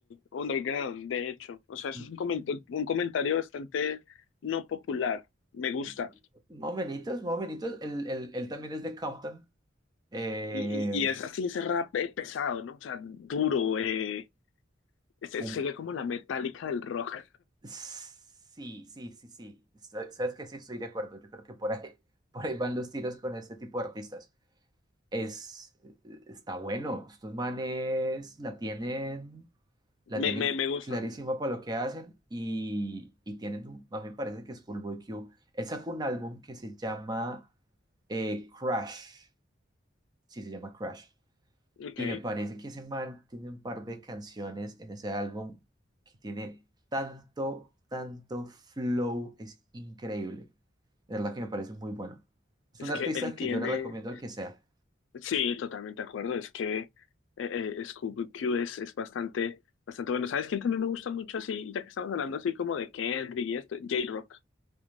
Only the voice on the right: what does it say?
Mm,
mm, Momentitos, momentitos. Él, él- él también es de Compton. Eh,
un-
sí, sí, sí, sí. Estoy- Sabes que sí estoy de acuerdo. Yo creo que por ahí, <laughs> por ahí van los tiros con este tipo de artistas. Es, eh, está bueno. Estos manes la tienen. la
tienen
clarísima para lo que hacen y, y tienen, un- a mí me parece que es Schoolboy Q. Él sacó un álbum que se llama eh, Crash, sí se llama Crash,
y me parece que ese man tiene un par de canciones en ese álbum que tiene tanto, tanto flow, es increíble. De verdad que me parece muy bueno. Es
un artista
que
yo le recomiendo al que sea.